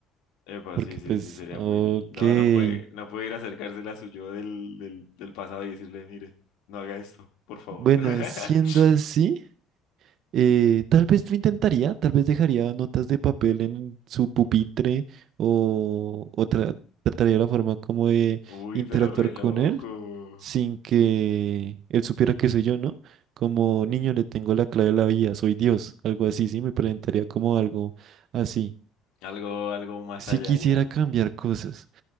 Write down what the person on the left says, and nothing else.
Epa,
sí, sí,
sí, sería
muy. No, no puede, no puede ir a acercársela a su yo del, del, del pasado y decirle, mire, no haga esto, por favor.
<laughs>
Uy,
pero re
loco.
Algo, algo más
allá
ya.